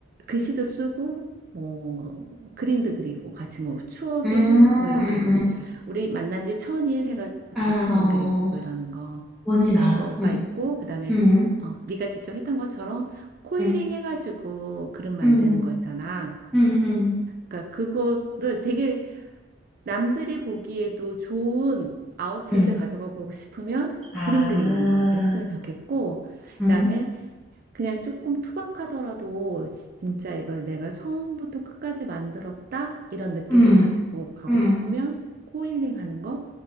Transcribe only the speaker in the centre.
음,
음,
음.
아,
어.
뭔진
알아.
응.
응.
응.
응.
응. 응.
응.
아,
응.
응.
응.